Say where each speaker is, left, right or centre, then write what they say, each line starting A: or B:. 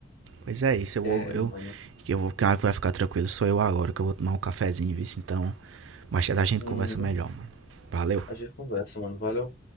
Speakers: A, on the right (about 85°); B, on the left (about 50°).
A: Pois é isso, eu
B: É,
A: vou, eu,
B: mano.
A: eu vou, quem vai ficar tranquilo sou eu agora, que eu vou tomar um cafezinho, viu? Então, mais tarde a gente
B: Uhum.
A: conversa melhor, mano. Valeu!
B: A gente conversa, mano. Valeu.